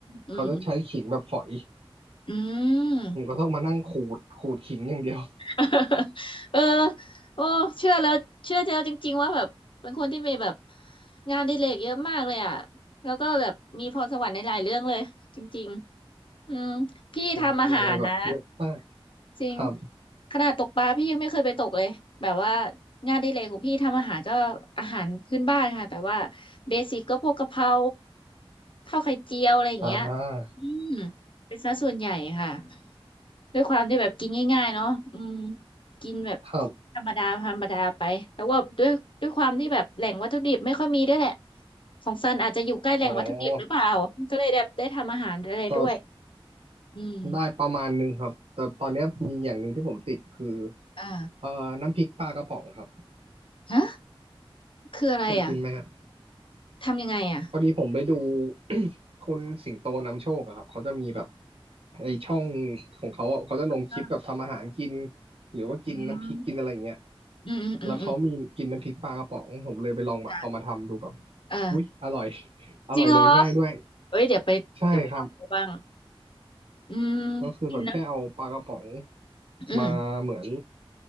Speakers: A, on the left (about 60°); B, on the right (about 75°).
A: อืม
B: เขาจะใช้ขิงแบบฝอย
A: อืม
B: ผมก็ต้องมานั่งขูดขูดขิงอย่างเดียว
A: <laughs> เออโอ้เชื่อแล้วเชื่อแล้วจริงๆว่าแบบเป็นคนที่มีแบบงานอดิเรกเยอะมากเลยอ่ะ แล้วก็แบบมีพรสวรรค์ในหลายเรื่องเลยจริงๆอืมพี่ทำอาหารนะ
B: ผมมีอะไรแบบเยอะมาก
A: จริง
B: ครับ
A: ขนาดตกปลาพี่ยังไม่เคยไปตกเลยแบบว่างานอดิเรกของพี่ทำอาหารก็อาหารพื้นบ้านค่ะแบบว่าเบสิกก็พวกกะเพราข้าวไข่เจียวอะไรอย่างเงี้ย
B: อ่า
A: อืมเป็นซะส่วนใหญ่ค่ะด้วยความที่แบบกินง่ายๆเนาะอืมกินแบบ
B: ครับ
A: ธรรมดาธรรมดาไปแต่ว่าด้วยด้วยความที่แบบแหล่งวัตถุดิบไม่ค่อยมีด้วยแหละของซันอาจจะอยู่ใกล้แหล่งวัตถุดิบหรือเปล่าก็เลยแบบได้ทำอาหารอะไรด้วย
B: อ๋อก็
A: อืม
B: ได้ประมาณหนึ่งครับแต่ตอนเนี้ยมีอย่างหนึ่งที่ผมติดคือ
A: อ่า
B: เอ่อน้ำพริกปลากระป๋องครับ
A: ฮะคืออะไรอ่ะ
B: เคยกินไหมฮะ
A: ทำยังไงอ่ะ
B: พอดีผมไปดู <coughs> คุณสิงโตนำโชคอะครับเขาจะมีแบบไอช่องของเขาอะเขาจะลงคลิปแบบทำอาหารกิน
A: อ
B: หรือว่ากินน้ำพริกกินอะไรอย่างเงี้ย
A: อืมอืมอืมอืมอืม
B: แล้วเขามีกินน้ำพริกปลากระป๋องผมเลยไปลองมาเอามาทำดูแบบ
A: ค่ะเออ
B: อุ๊ยอร่อย <laughs> อร่อยเลยง่ายด้วย
A: จริงเหรอเอ้ยเดี๋ยวไป
B: ใช่ครับ
A: เดี๋ยวไปลองดูบ้างอืม
B: ก็คือแบบแค่เอาปลากระป๋อง
A: กินนะ อืม
B: มาเหมือน